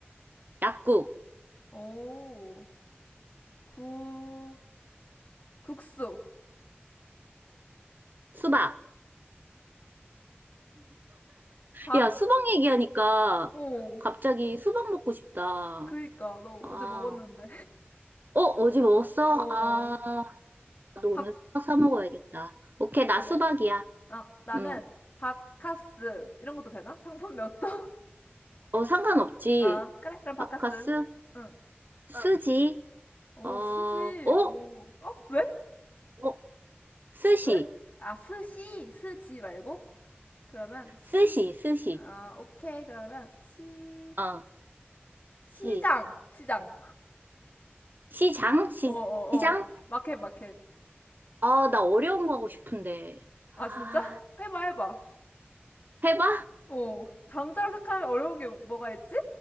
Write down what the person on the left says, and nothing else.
오. 구, 국수.
박,
오.
그니까, 너
어제 먹었는데.
<laughs> 어.
박,
그래.
아, 나는
바카스. 이런 것도 되나? 상품명도?
<laughs> 아, 그래. 그럼 바카스.
응.
오,
스지. 오. 어? 왜?
왜? 아, 스시. 스지 말고? 그러면 시.
아, 오케이. 그러면 시.
시장.
시장.
어, 어,
어. 마켓, 마켓.
아, 진짜?
해봐, 해봐.
어. 장자로 시작하면 어려운 게 뭐가 있지?